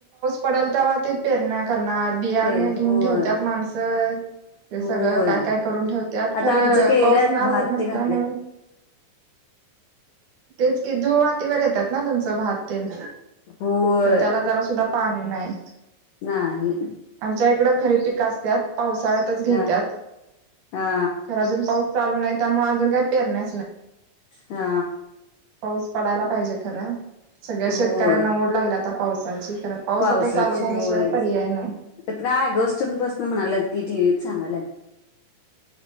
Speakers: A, on the right; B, on the left.
A: पडलं तेव्हा ते पेरण्या करणार बियाणे
B: पे
A: घेऊन
B: होय
A: ठेवतात माणसं ते
B: होय
A: सगळं काय काय करून ठेवत्यात
B: आता
A: खरं
B: आमचं केलंत
A: पाऊस नाही
B: भात
A: नसल्यामुळे
B: ते घातल्यात
A: <inaudible> तेचं की धुवातीवर येतात ना तुमचं भात तेन
B: होय
A: पण त्याला जरा सुद्धा पाणी नाही
B: नाही
A: आमच्या इकडं खरीब पिक असत्यात पावसाळ्यांत घेत्यात
B: हा हा
A: तर अजून पाऊस चालू नाही, त्यामुळे अजून काय पेरण्या
B: हा
A: पाऊस पडायला पाहिजे खरं सगळ्या
B: होय
A: शेतकऱ्यांना ओढ लागलीया आता पावसाची खरं पाऊस
B: पावसाची
A: आता चालू झाल्याशिवाय
B: होय
A: पर्याय
B: त्यात
A: नाही.
B: काय आँगस्ट म्हणाल्यात की टीव्हीत सांगाल्यात